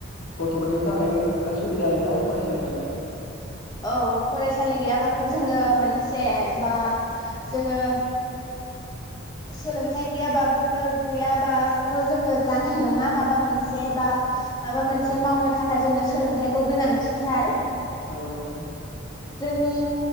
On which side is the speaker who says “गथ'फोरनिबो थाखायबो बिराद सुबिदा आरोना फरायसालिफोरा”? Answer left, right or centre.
Left